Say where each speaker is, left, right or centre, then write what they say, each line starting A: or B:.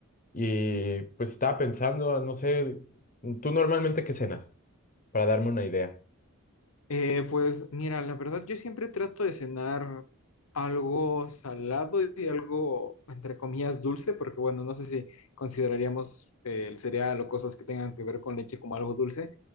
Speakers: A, on the left; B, on the left.
A: Y pues estaba pensando, no sé, ¿tú normalmente qué cenas? Para darme una idea.
B: Eh, pues mira, la verdad yo siempre trato de cenar algo salado y algo, entre comillas, dulce, porque bueno, no sé si consideraríamos eh, el cereal o cosas que tengan que ver con leche como algo dulce.